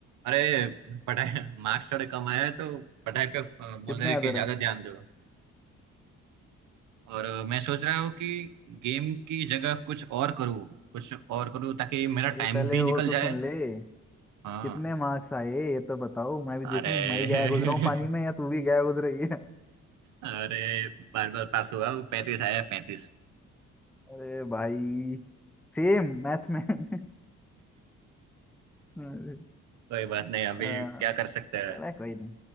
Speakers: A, on the right; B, in the centre.
A: अरे पढ़ाई मार्क्स थोड़े कम आए हैं तो पढ़ाई पे अ, बोल
B: कितने
A: रहे हैं
B: आते
A: कि ज्यादा
B: रहे
A: ध्यान दो और अ, मैं सोच रहा हूँ कि गेम की जगह कुछ और करूँ कुछ और करूँ ताकि मेरा
B: अरे
A: टाइम
B: पहले
A: भी निकल
B: वो तो
A: जाए
B: सुन ले
A: हाँ
B: कितने मार्क्स आए ये तो बताओ मैं भी
A: अरे
B: देखूं
A: <laughs>
B: मैं ही गया गुजरा हूँ पानी में या तू भी गया गुजर रही है
A: अरे बार बार पास हुआ पैंतीस आया पैंतीस
B: अरे भाई सेम मैथ्स में <laughs> अरे,
A: कोई बात नहीं अभी
B: अ,
A: क्या कर सकते हैं
B: चला कोई नहीं